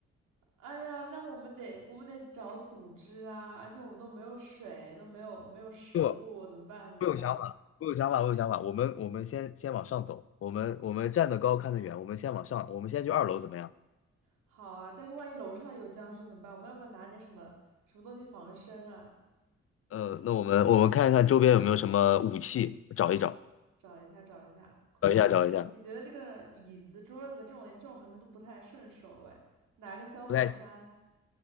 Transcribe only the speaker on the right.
哎呀，那我们得我们得找组织啊，而且我们都没有水，都没有没有食物，
怎么办？怎么办？
好啊，但是万一楼上有僵尸怎么办？我们要不要拿点什么什么东西防身啊？
找一下，找一下，快！
你觉得这个椅子、桌子这种这种好像都不太顺手哎，拿个消防栓。